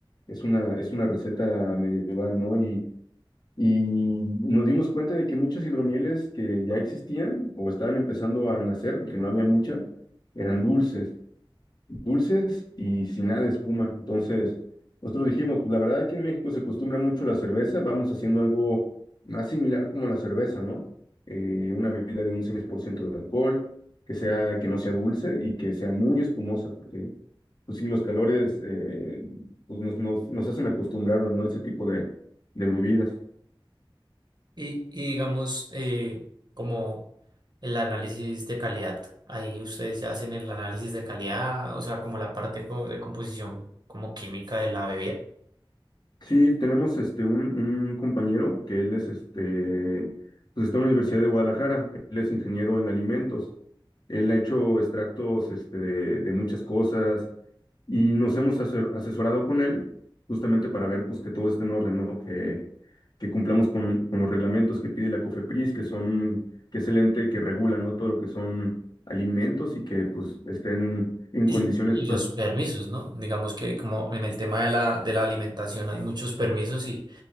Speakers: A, on the left; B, on the right.
A: es una, es una receta medieval, ¿no? Y Y nos dimos cuenta de que muchas hidromieles que ya existían o estaban empezando a nacer, porque no había muchas, eran dulces, dulces y sin nada de espuma. Entonces, nosotros dijimos, pues la verdad que en México se acostumbra mucho la cerveza, vamos haciendo algo más similar como la cerveza, ¿no? Eh, una bebida de un 6% de alcohol, que sea, que no sea dulce y que sea muy espumosa, porque pues sí, los calores eh, pues, nos, nos, nos hacen acostumbrarnos, ¿no? a Ese tipo de, de bebidas.
B: Y, y digamos, eh, como el análisis de calidad, ahí ustedes ya hacen el análisis de calidad, o sea, como la parte co- de composición como química de la bebida
A: Sí, tenemos este un, un compañero que él es este, pues está en la Universidad de Guadalajara, él es ingeniero en alimentos, él ha hecho extractos este, de, de muchas cosas y nos hemos aser- asesorado con él justamente para ver pues que todo esté en orden, ¿no? Que, que cumplamos con, con los reglamentos que pide la COFEPRIS, que son, que es el ente que regula, ¿no? Todo lo que son alimentos y que pues estén en
B: y,
A: condiciones
B: y los permisos, ¿no? Digamos que como en el tema de la, de la alimentación hay muchos permisos y,